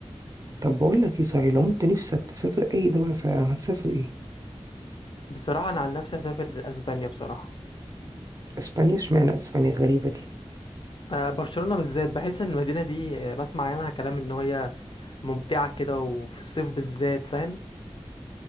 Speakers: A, on the right (about 35°); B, on the left (about 50°).
A: طب بقول لك ايه صحيح لو انت نفسك تسافر اي دوله في العالم هتسافر ايه
B: بصراحه انا عن نفسي هسافر اسبانيا بصراحه
A: اسبانيا اشمعنى اسبانيا غريبه دي
B: آه، برشلونه بالذات بحس ان المدينه دي آه، بسمع عنها كلام ان هي ممتعه كده وفي الصيف بالذات فاهم